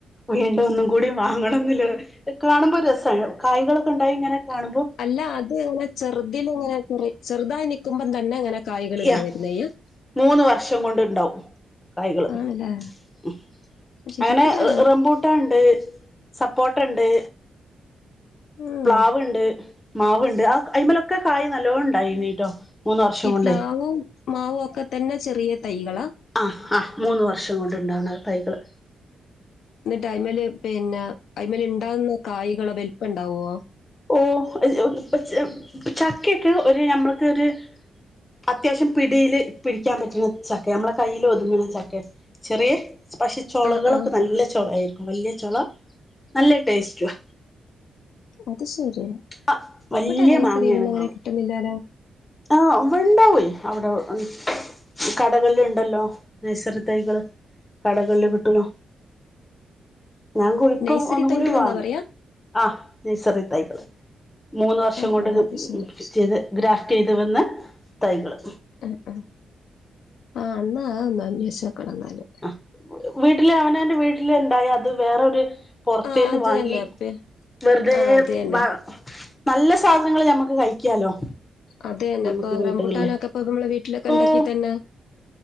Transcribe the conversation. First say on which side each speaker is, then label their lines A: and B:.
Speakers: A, on the left (about 20°); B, on the left (about 80°).
A: വീണ്ടും ഒന്നും കൂടി വാങ്ങണമെന്നുണ്ടായിരുന്ന് കാണുമ്പോ രസാണ് കായകളൊക്കെ ഉണ്ടായി കാണുമ്പോ ഇങ്ങനെ കാണുമ്പോൾ-
B: അല്ല അത് ഇങ്ങനേ ചെറുതിനിന്ന് ഇങ്ങനെ ചെറുതായി നൽക്കുമ്പം തന്നെ അങ്ങനെ കായ്കൾ ഇങ്ങനെ
A: യാ
B: വരുന്നയ-
A: മൂന്ന് വർഷം കൊണ്ടുണ്ടാവും തൈകള്
B: ആണല്ലേ
A: ഉം
B: ശരി
A: അങ്ങനെ
B: ഇവിടെ
A: റം റംബൂട്ട് ട്ട്ണ്ട് സപ്പോട്ടുണ്ട്
B: ഉം,
A: പ്ലാവുണ്ട് മാവുണ്ട് ആ അയിലമലൊക്കെ കായ നല്ലോ ഉണ്ടായി എങ്ങീട്ടോ മൂന്ന് വർഷം
B: ഈ
A: കൊണ്ട്
B: മാവും പ്ലാവും ഒക്കെ തന്നെ ചെറിയ തൈകളാ
A: അ ആ മൂന്ന് വർഷം കൊണ്ടുണ്ടാവുന്ന തൈകള്
B: എന്നിട്ട് ഐയ്മേൽ പിന്നെ ഐമൽ ഉണ്ടാവുന്ന കായകള് വലുപ്പംണ്ടാവോ-
A: ഓ <unintelligible> ചക്കയൊക്കെ ഒരു നമ്മക്കൊരു അത്യാവശ്യം പിടിയില് പിടിക്കാൻ പറ്റുന്ന ചക്കയാണ് നമ്മളെ കയ്യിൽ ഒതുങ്ങുന്ന ചക്ക ചെറിയ പക്ഷെ ചോളകളൊക്കെ
B: ആഹ് ആഹ്
A: നല്ല ചോള ആയിരിക്കും വലിയ ചോള നല്ല ടേസ്റ്റുവാ
B: അത് ശരി
A: അ വലിയ
B: ഇബടെ നഴ്സറിന്നൊന്നും
A: മാങ്ങയാണ്
B: അങ്ങനെ
A: മാവ്
B: കിട്ടുന്നില്ലാലോ.
A: - അ <unintelligible> അവിടെ ആഹ് കടകളിൽ ഉണ്ടല്ലോ നേഴ്സറി തൈകള് കടകളിലൂ കിട്ടോലോ ഞാൻ കുലുക്കും
B: നഴ്സറി
A: ഒന്നും
B: തൈകൾ
A: കൂടി വാങ്ങും
B: എന്നാ പറയാ?
A: അ നേഴ്സറി തൈകള് മൂന്ന് വർഷം
B: ആഹ്
A: കൊണ്ട്
B: ആഹ്
A: <unintelligible>
B: അത് ശരി.
A: ചെയ്ത് ഗ്രാഫ്റ്റ് ചെയ്ത് വന്ന തൈകള്
B: ആഹ് ആഹ് ആഹ് അല്ല ഒന്ന് അനേഷിച്ചുനോക്കണം എന്നാല്
A: ആഹ് വീട്ടില് അവനവന്റെ വീട്ടില് ഇണ്ടായി അത് വേറൊരു പൊറത്തേന്നു
B: ആഹ് അത്
A: വാങ്ങി
B: തന്നെ പി
A: വെറുതെ
B: ആഹ് അത് തന്നെ.
A: വ- നല്ല സാധനങ്ങള് ഞമ്മക്ക് കഴിക്കാലോ-
B: അതേ എന്ന്
A: നമുക്ക്
B: ഇപ്പൊ
A: വീട്ടുകളില്
B: റംബുട്ടാനൊക്കെപ്പ നമ്മളെ വീട്ടിലൊക്കെ ഉണ്ടക്കി
A: ഓഹ്
B: തന്നെ